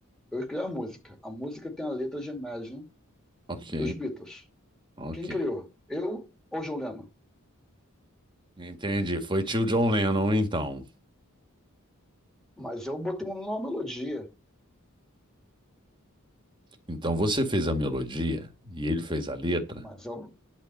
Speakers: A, in the centre; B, on the right (about 20°).
A: eu criei a música. A música tem a letra de Imagine
B: ok,
A: dos Beatles.
B: ok.
A: Quem criou? Eu ou John Lennon?
B: Entendi. Foi tio John Lennon, então.
A: Mas eu botei uma nova melodia.
B: Então você fez a melodia e ele fez a letra.
A: Mas eu,